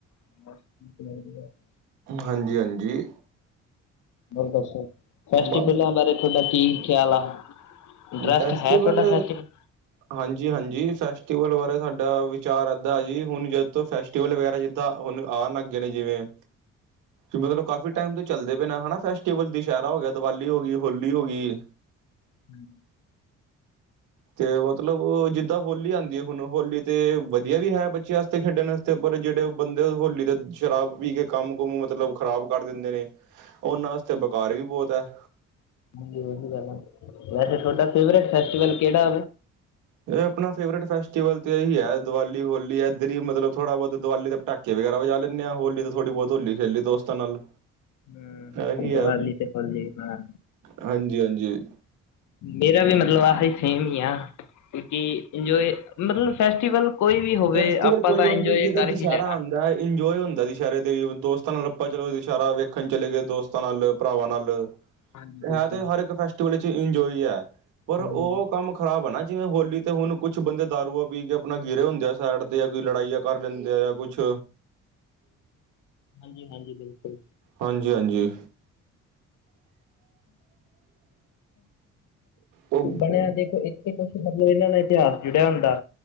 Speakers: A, on the left; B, on the right.
A: ਬ
B: ਹਾਂਜੀ-ਹਾਂਜੀ
A: ਬਸ ਦੱਸੋ ਫੈਸਟੀਵਲਾਂ
B: ਬਸ
A: ਬਾਰੇ ਤੁਹਾਡਾ ਕੀ ਖਿਆਲ ਆ? ਇੰਟਰਸਟ
B: ਫੈਸਟੀਵਲ
A: ਹੈ ਤੁਹਾਡਾ ਫੈਸਟੀਵਲ?
B: ਹਾਂਜੀ ਜੀ ਹਾਂਜੀ ਫੈਸਟੀਵਲ ਬਾਰੇ ਸਾਡਾ ਵਿਚਾਰ ਇਧਾਂ ਜੀ ਹੁਣ ਜਦੋਂ ਤੋਂ ਫੈਸਟੀਵਲ ਵਗੈਰਾ ਜਿੱਦਾ। ਤਾਂ, ਹੁਣ, ਆ ਲੱਗ ਗਏ ਨੇ ਜਿਵੇਂ। ਮਤਲਬ ਕਾਫੀ ਟਾਈਮ ਤੋਂ ਚੱਲਦੇ ਪਏ ਨਾ ਹਨਾ ਫੈਸਟੀਵਲ ਦੁਸ਼ਹਿਰਾ ਹੋ ਗਿਆ, ਦੀਵਾਲੀ ਹੋ ਗਈ, ਹੋਲੀ ਹੋ ਗਈ।
A: ਹਮ
B: ਤੇ ਮਤਲਬ ਜਿੱਦਾਂ ਹੋਲੀ ਆਉਂਦੀ ਹੈ। ਹੁਣ ਹੋਲੀ ਤੇ ਵਧੀਆ ਵੀ ਹੈ ਬੱਚਿਆਂ ਵਾਸਤੇ ਖੇਡਣ ਵਾਸਤੇ। ਇਥੇ ਪਰ ਜਿਹੜੇ ਬੰਦੇ ਹੋਲੀ ਤੇ ਸ਼ਰਾਬ ਪੀ ਕੇ ਕੰਮ ਕੁਮ ਮਤਲਬ ਖ਼ਰਾਬ ਕਰ ਦਿੰਦੇ ਨੇ। ਉਹਨਾਂ ਵਾਸਤੇ ਬੇਕਾਰ ਵੀ ਬਹੁਤ ਹੈ।
A: ਹਾਂਜੀ, ਹਾਂਜੀ ਵਧੀਆ ਵੈਸੇ ਤੁਹਾਡਾ ਫੇਵਰੇਟ ਫ਼ੇਸ੍ਟਿਵਲ ਕਿਹੜਾ?
B: ਇਹ ਆਪਣਾ ਫੇਵਰੇਟ ਫੈਸਟੀਵਲ ਤੇ ਇਹੀ ਹੈ ਦੀਵਾਲੀ ਹੋਲੀ ਹੈ ਇੱਧਰ ਹੀ ਮਤਲਬ ਥੋੜਾ ਬਹੁਤ ਦੀਵਾਲੀ ਦੇ ਪਟਾਕੇ ਵਗੈਰਾ ਵਜਾ ਲੈਂਦੇ ਹਾਂ, ਹੋਲੀ ਤਾਂ ਥੋੜ੍ਹੀ ਬਹੁਤ ਹੋਲੀ ਖੇਲੀ ਦੋਸਤਾ ਨਾਲ,
A: ਹੂੰ,
B: ਇਹੀ ਹੈ
A: ਵਲੀ ਤੇ ਫਲਦੀ ਆ,
B: ਹਾਂਜੀ ਹਾਂਜੀ
A: ਮੇਰਾ ਵੀ ਮਤਲਬ ਆਹਹੀ ਸੇਮ ਹੀ ਆ, ਕਿਉਂਕਿ ਇੰਜੋਏ ਮਤਲਬ ਫੈਸਟੀਵਲ ਕੋਈ ਵੀ ਹੋਵੇ
B: ਫੈਸਟੀਵਲ
A: ਆਪਾਂ
B: ਕੋਈ
A: ਤਾਂ
B: ਵੀ ਹੈ,
A: ਇੰਜੋਏ
B: ਜਿੱਦਾਂ
A: ਕਰ
B: ਦੁਸਹਿਰਾ
A: ਹੀ ਲੈਣਾ।
B: ਆਉਦਾ ਹੈ, ਇੰਜੋਏ ਹੁੰਦਾ। ਸ਼ਹਿਰੇ ਤੇ ਵੀ ਦੋਸਤਾਂ ਨਾਲ ਲੱਪਾ ਦਸੇਰਾ ਵੇਖਣ ਚਲੇ ਗਏ, ਦੋਸਤਾਂ ਨਾਲ ਭਰਾਵਾਂ ਨਾਲ
A: ਹਾਂਜੀ ਬਿਲਕੁਲ।
B: ਹੈ ਤੇ ਹਰ ਇੱਕ ਫੈਸਟੀਵਲ ਵਿੱਚ ਇੰਜੋਏ ਹੈ, ਪਰ
A: ਹੂੰ।
B: ਉਹ ਕੰਮ ਖ਼ਰਾਬ ਹੈ, ਨਾ ਜਿਵੇਂ ਹੋਲੀ ਤੇ ਹੁਣ ਕੁਛ ਬੰਦੇ ਦਾਰੂਆ ਪੀ ਕੇ ਆਪਣਾ ਗਿਰੇ ਹੁੰਦੇ ਆ ਸਾਈਡ 'ਤੇ ਜਾਂ ਕੋਈ ਲੜਾਈਆਂ ਕਰ ਲੈਂਦੇ ਆ ਜਾਂ ਕੁਛ
A: ਹਾਂਜੀ-ਹਾਂਜੀ ਬਿਲਕੁਲ,
B: ਹਾਂਜੀ-ਹਾਂਜੀ, ਉਹ
A: ਬਣਿਆ ਦੇਖੋ ਜੀ, ਕੁਛ ਮਤਲਬ ਇਹਨਾਂ ਨਾਲ ਇਤਿਹਾਸ ਜੁੜਿਆ ਹੁੰਦਾ,